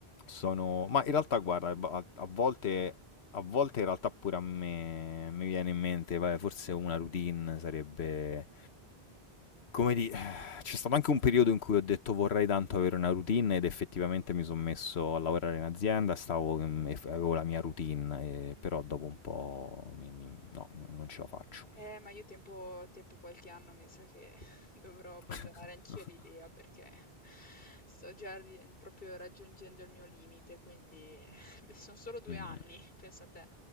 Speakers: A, on the left (about 85°); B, on the left (about 60°).
A: Sono... Ma in realtà, guarda, a, a volte, a volte in realtà pure a me mi viene in mente, vabbè, forse una routine sarebbe... Come di... <sighs> C'è stato anche un periodo in cui ho detto vorrei tanto avere una routine ed effettivamente mi sono messo a lavorare in azienda, stavo, mm, e f- avevo la mia routine,
B: Mhm.
A: eh, però dopo un po' mi- mi- no, non ce la faccio.
B: Eh, ma io tempo, tempo qualche anno mi sa che <laughs> dovrò
A: <laughs>
B: abbandonare anch'io l'idea perché <laughs> sto già ri- proprio raggiungendo il mio limite, quindi <laughs> sono solo due
A: Mm,
B: anni, pensa te,